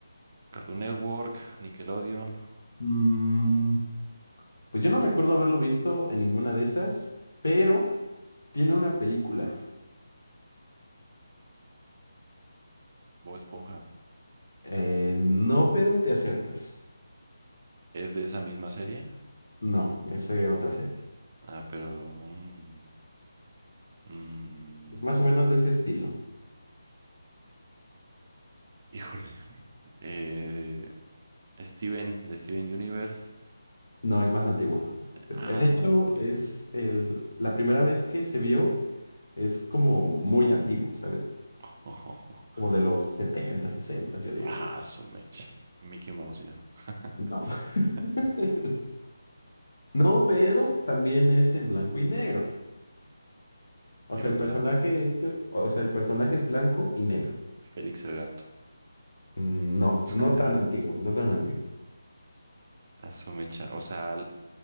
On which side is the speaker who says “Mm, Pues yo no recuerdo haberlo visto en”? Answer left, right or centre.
Left